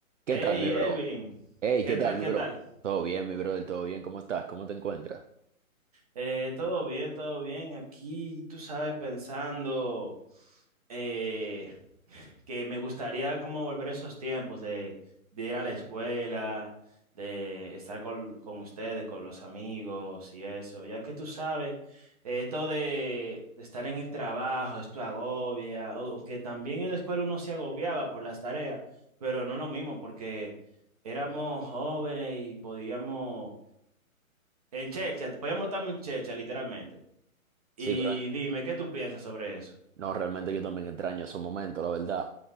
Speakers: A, on the right; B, on the right.
A: ¿Qué
B: Hey,
A: tal, mi bro?
B: Elvin,
A: Hey,
B: ¿qué
A: ¿qué
B: tal?
A: tal, mi
B: ¿Qué
A: bro?
B: tal?
A: Todo bien, mi bro, del todo bien. ¿Cómo estás? ¿Cómo te encuentras?
B: Eh, todo bien, todo bien. Aquí, tú sabes, pensando eh, que me gustaría como volver a esos tiempos de, de ir a la escuela, de estar con, con ustedes, con los amigos y eso, ya que tú sabes, eh, esto de, de estar en el trabajo, esto agobia, au- aunque también en la escuela uno se agobiaba por las tareas, pero no lo mismo porque éramos jóvenes y podíamos En chelcha, voy a en chelcha, literalmente. Y
A: Sí, durante...
B: dime, ¿qué tú piensas sobre eso?
A: No, realmente yo también extraño esos momentos, la verdad.